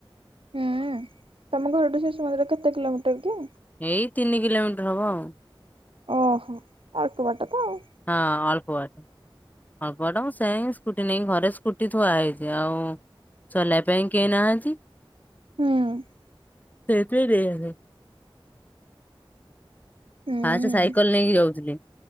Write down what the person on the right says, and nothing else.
ହୁଁ ତମ ଘରଠୁ ଶିଶୁମନ୍ଦିର କେତେ କିଲୋମିଟର କି?
ଓହୋ ଅଳ୍ପ ବାଟ ତ ଆଉ।
ହୁଁ।
ହୁଁ